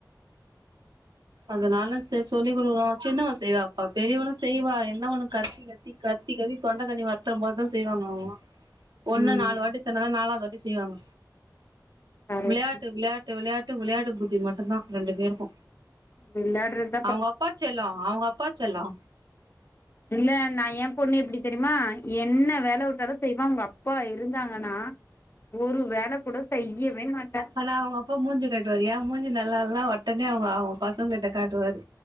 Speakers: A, on the right; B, on the left.
A: அதனால செர் சொல்லி் குடுக்றோ சின்னவ செய்வாப்பா பெரியவளு செய்வா என்னா ஒன்னு கத்தி கத்தி கத்தி கத்தி தொண்ட தண்ணி வத்துரு போதுதா செய்வாங்க அவங்கள்லா ஒன்ன
B: ம்
A: நாலு வாட்டி சென்னதா நாலாவது வாட்டி செய்வாங்க
B: கரெக்ட்
A: விளாட்டு விளா விளாட்டு விளாட்டு புத்தி மட்டுதா ரெண்டு பேருக்கு
B: விளாட்றது
A: அவங்க அப்பா செல்ல அவங்க அப்பா செல்ல
B: இல்ல நா ஏன் பொண்ணு எப்டி தெரியுமா என்ன வேல உட்டாலு செய்வா அவங்க அப்பா இருந்தாங்கனா ஒரு வேல கூட செய்யவே மாட்டா
A: ஆனா அவங்க அப்ப மூஞ்ச காட்டுவாரு ஏன் மூஞ்சு நல்லா இல்லனா ஒட்டனே அவ ஆவு பசங்க கிட்ட காட்டுவாரு